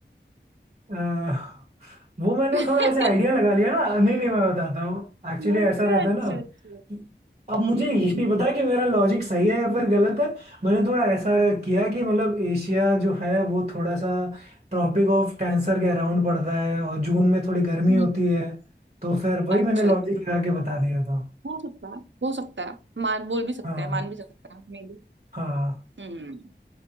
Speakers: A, on the right; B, on the right.
A: अह, वो मैंने
B: <laughs>
A: थोड़ा ऐसे आइडिया लगा लिया ना नहीं नहीं मैं बताता हूँ एक्चुअली ऐसा
B: अच्छा
A: रहता
B: अच्छा
A: है ना
B: अच्छा
A: कि अब मुझे
B: हम्म
A: ये नहीं पता कि मेरा लॉजिक सही है या फिर गलत है मैंने थोड़ा ऐसा किया कि मतलब एशिया जो है वो थोड़ा सा ट्रॉपिक ऑफ कैंसर के अराउंड पड़ता है और जून में थोड़ी गर्मी
B: हम्म
A: होती है तो फिर वही
B: अच्छा
A: मैंने लॉजिक
B: अच्छा
A: लगा के बता दिया था
B: हो सकता है हो सकता है मान बोल भी सकते
A: हाँ
B: हैं मान भी सकते हैं मे बी
A: हाँ
B: हम्म